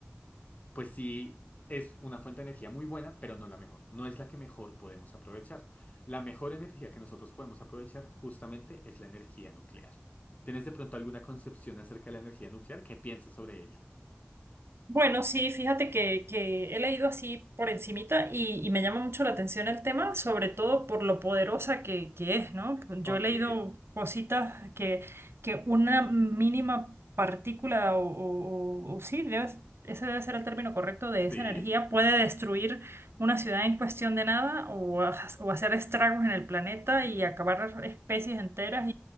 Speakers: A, on the left; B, on the right.
A: pues sí, es una fuente de energía muy buena, pero no la mejor. No es la que mejor podemos aprovechar. La mejor energía que nosotros podemos aprovechar justamente es la energía nuclear. ¿Tienes de pronto alguna concepción acerca de la energía nuclear? ¿Qué piensas sobre ella?
B: Bueno, sí, fíjate que, que he leído así por encimita y, y me llama mucho la atención el tema, sobre todo por lo poderosa que, que es, ¿no? Yo
A: Ok,
B: he leído cositas que, que una mínima partícula o, o- o- o sí, debe- ese debe ser el término correcto de esa
A: sí,
B: energía, puede destruir una ciudad en cuestión de nada o, ha- o hacer estragos en el planeta y acabar especies enteras